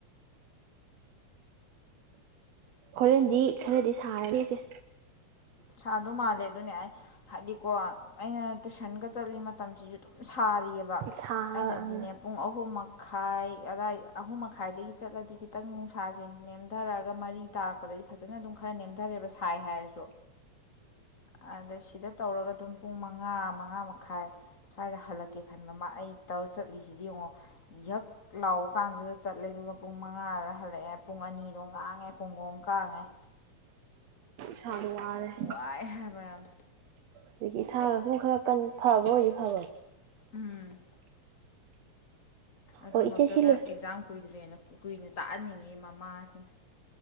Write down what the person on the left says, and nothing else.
ꯁꯥꯗꯧ ꯃꯥꯜꯂꯦ ꯑꯗꯨꯅꯦ ꯑꯩ ꯍꯥꯏꯗꯤꯀꯣ ꯑꯩꯅ ꯇꯨꯏꯁꯟꯒ ꯆꯠꯂꯤ ꯃꯇꯝꯁꯤꯁꯨ ꯑꯗꯨꯝ ꯁꯥꯔꯤꯑꯕ
ꯑꯩꯅꯗꯤꯅꯦ
ꯄꯨꯡ ꯑꯍꯨꯝꯃꯛ ꯈꯥꯏ ꯑꯏ ꯑꯍꯨꯝ ꯃꯈꯥꯏꯗꯒꯤ ꯆꯠꯂꯗꯤ ꯈꯤꯇꯪ ꯅꯨꯡꯁꯥꯁꯦ ꯅꯦꯝꯊꯔꯛꯑꯒ ꯃꯔꯤ ꯇꯥꯔꯛꯄꯗꯗꯤ ꯐꯖꯅ ꯑꯗꯨꯝ ꯈꯔ ꯅꯦꯝꯊꯔꯦꯕ ꯁꯥꯏ ꯍꯥꯏꯔꯁꯨ ꯑꯗ ꯁꯤꯗ ꯇꯧꯔꯒ ꯑꯗꯨꯝ ꯄꯨꯡ ꯃꯉꯥ ꯃꯉꯥ ꯃꯈꯥꯏ ꯁ꯭ꯋꯥꯏꯗ ꯍꯜꯂꯛꯀꯦ ꯈꯟꯕ ꯃꯥ ꯑꯩ ꯇꯧꯔ ꯆꯠꯂꯤꯁꯤꯗꯤ ꯌꯦꯡꯉꯣ ꯍꯛ ꯂꯥꯎꯕ ꯀꯥꯟꯗꯨꯗ ꯆꯠꯂꯦ ꯑꯗꯨꯒ ꯄꯨꯡ ꯃꯉꯥꯗ ꯍꯜꯂꯛꯑꯦ ꯄꯨꯡ ꯑꯅꯤꯗꯣ ꯉꯥꯡꯉꯦ ꯀꯣꯡꯒꯣꯝ ꯀꯥꯡꯥꯡꯉꯦ
ꯋꯥꯏ ꯍꯦ ꯌꯥꯝꯝ
ꯎꯝ ꯑꯗꯨꯃꯛꯇꯗ
ꯑꯦꯛꯖꯥꯝ ꯀꯨꯏꯗ꯭ꯔꯦꯅ ꯀꯨꯀꯨꯏꯅ ꯇꯥꯛꯍꯟꯅꯤꯡꯉꯤ ꯃꯃꯥꯁꯤꯡ